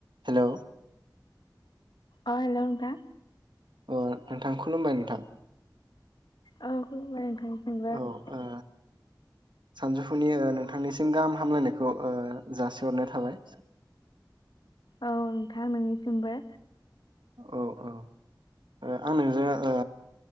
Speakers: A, on the right (about 75°); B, on the left (about 70°).
A: Hello
B: अ hello नोंथां
A: अ नोंथां खुलुमबाय नोंथां
B: औ खुलुमबाय नोंथां थांनिसिमबो
A: औ ओ सानजौफुनि ओ नोंथांनिसिम गाहाम हामलायनायखौ ओ जासिहरनाय थाबाय
B: औ नोंथां नोंनिसिमबो
A: औ औ ओ आं नों ओ